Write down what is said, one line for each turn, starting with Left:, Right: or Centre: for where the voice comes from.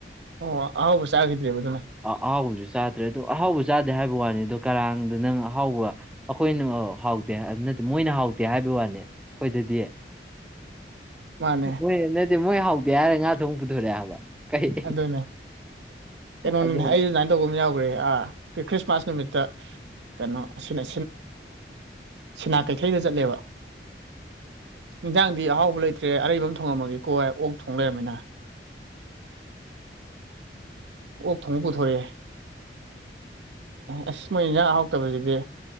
Right: ꯑꯣ ꯑꯍꯥꯎꯕ ꯆꯥꯈꯤꯗ꯭ꯔꯦꯕ ꯑꯗꯨꯅ꯫
Centre: ꯑ ꯑꯍꯥꯎꯕꯁꯨ ꯆꯥꯗ꯭ꯔꯦ ꯑꯗꯣ ꯑꯍꯥꯎꯕ ꯆꯥꯗꯦ ꯍꯥꯏꯕ ꯋꯥꯅꯤ ꯑꯗꯣ ꯀꯔꯥꯡꯗ ꯅꯪ ꯑꯍꯥꯎꯕ꯫ ꯑꯩꯈꯣꯏꯅ ꯍꯥꯎ꯫ ꯗꯦ ꯑꯗꯨ ꯅꯠꯇꯦ ꯃꯣꯏꯅ ꯍꯥꯎꯇꯦ ꯍꯥꯏꯕ ꯋꯥꯅꯤ ꯑꯩꯈꯣꯏꯗꯗꯤ꯫
Right: ꯃꯥꯅꯦ
Centre: ꯃꯣꯏ ꯅꯠꯇꯦ ꯃꯣꯏ ꯍꯥꯎꯇꯦ ꯍꯥꯏꯔ ꯉꯥ ꯊꯣꯡ ꯄꯨꯊꯣꯔꯛꯑꯦ ꯍꯥꯏꯕ꯫ ꯀꯩ
Right: ꯑꯗꯨꯅꯦ ꯀꯩꯅꯣꯅꯤꯅꯦ
Centre: ꯑꯗꯨ꯫
Right: ꯑꯩ ꯑꯗꯨꯃꯥꯏꯅ ꯇꯧꯕ ꯑꯃ ꯌꯥꯎꯈ꯭ꯔꯦ ꯑꯥ ꯑꯩ ꯈ꯭ꯔꯤꯁꯃꯥꯁ ꯅꯨꯃꯤꯠꯇ꯫ ꯀꯩꯅꯣ ꯁꯤꯅ ꯁꯤꯅꯥ ꯀꯩꯊꯩꯗ ꯆꯠꯂꯦꯕ꯫ ꯌꯦꯟꯖꯥꯡꯗꯤ ꯑꯍꯥꯎꯕ ꯂꯩꯇ꯭ꯔꯦ ꯑꯔꯩꯕ ꯑꯃ ꯊꯣꯡꯉꯝꯃꯒꯦꯀꯣ ꯍꯥꯏꯔ ꯑꯣꯛ ꯊꯣꯡ ꯂꯩꯔꯝꯃꯤꯅ꯫ ꯑꯣꯛ ꯊꯣꯡꯉ ꯄꯨꯊꯣꯔꯛꯑꯦ꯫ ꯑꯁ ꯃꯣꯏ ꯏꯟꯁꯥꯡ ꯑꯍꯥꯎꯇꯕꯁꯤꯗꯤ